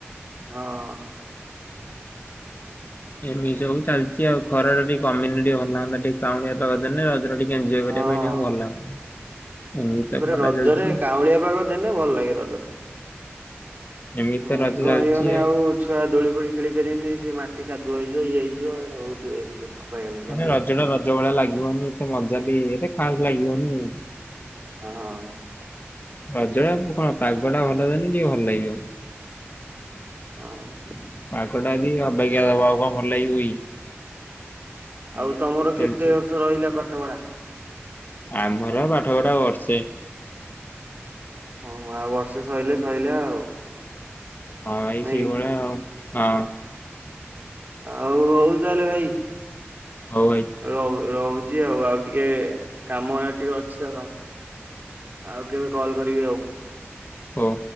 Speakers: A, on the right; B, on the left.
A: ହଁ।
B: ଏମିତି ସବୁ ଚାଲିଚି ଆଉ ଖରା ଟା ଟିକେ କମିନେ ଟିକେ ଭଲ ଲାଗନ୍ତା ଟିକେ କାଉଁଳିଆ ପାଗ ଦେଲେ ରଜରେ ଟିକେ ଏଞ୍ଜୟ୍
A: ହଁ।
B: କରିବା ପାଇଁ ଟିକେ ଭଲ୍ ଲାଗନ୍ତା। ଏମିତି ତ
A: ତାପରେ
B: ଖରା
A: ରଜରେ
B: ଚାଲିଛି
A: କାଉଁଳିଆ ପାଗ ଦେନେ ଭଲ୍ ଲାଗେ ରଜ।
B: ଏମିତି ତ
A: ମେଘ
B: ରଜ ଚାଲିଚି
A: ହେଇଗନେ
B: ଆଉ।
A: ଛୁଆ ଦୋଳି ଫୋଳି ଖେଳି ପାରିବେନି ସେ ମାଟି କାଦୁଅ ହେଇଯିବ ଇଏ ହେଇଯିବ ଏରା ବହୁତୁ ଇଏ ଅବାଗିଆ ଲାଗିବ
B: ମାନେ
A: ନାଇଁ
B: ରଜ
A: କି
B: ଟା ରଜ ଭଳିଆ ଲାଗିବନି ଏତେ ମଜା ବି ଏତେ ଖାସ୍ ଲାଗିବନି ଆଉ।
A: <unintelligible>
B: ରଜରେ ଆଉ କଣ ପାଗ ଟା ଭଲ ଦେଲେ ଟିକେ ଭଲ ଲାଗିବ।
A: <inaudible>
B: ପାଗଟା ଯଦି ଅବାଗିଆ ଦବ ଆଉ କଣ ଭଲ ଲାଗିବ କି। ଏଇଆ
A: ଆଉ ତମର
B: ଏମିତି ଚାଲିଛି
A: କେତେ ବର୍ଷ ରହିଲା ପାଠପଢା?
B: ଆମର ପାଠ ପଢା ବର୍ଷେ।
A: ଓହୋ ଆଉ ବର୍ଷେ ସଇଲେ ସଇଲା ଆଉ।
B: ହଁ ଭାଇ ସେଇ
A: ନାଇଁ
B: ସେଇଭଳିଆ
A: କି?
B: ଆଉ ହଁ।
A: ଆଉ ହଉ ତାହେଲେ ଭାଇ
B: ହଉ ଭାଇ।
A: ରହୁ -ରହୁଚି ଆଉ- ଆଉ ଟିକେ କାମ ଇଆଡ଼େ ଟିକେ ଅଛି ତ। ଆଉ କେଭେ କଲ୍ କରିବି ଆଉ।
B: ହଉ।